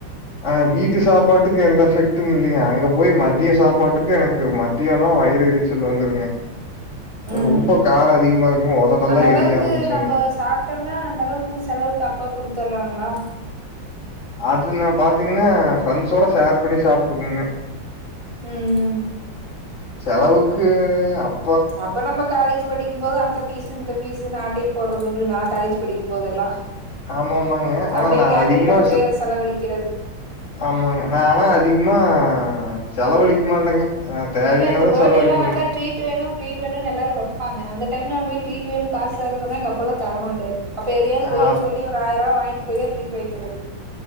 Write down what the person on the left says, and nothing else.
ஆனா வீட்டு சாப்பாட்டுக்கு எந்த எஃபெக்ட்டும் இல்லைங்க அங்க போய் மதிய சாப்பாட்டுக்கு எனக்கு மத்திய எல்லாம் வயிறு எரிச்சல் வந்துருங்க அது
ரொம்ப காரம் அதிகமா இருக்குங்க. உதடெல்லாம்
எரிய ஆரம்பிச்சுருங்க.
அது நான் பாத்தீங்கன்னா ஃபிரண்ட்ஸோட ஷேர் பண்ணி சாப்பிட்டுக்கவங்க
செலவுக்கு அப்
ஆமாமாங்க. ஆனா
நான்
அதிகமா
செ
ஆமாங்க நா ஆனா அதிகமா செலவழிக்க மாட்டேங்க அ தேவையினா
தான்
செலவழிப்பேங்க.
அ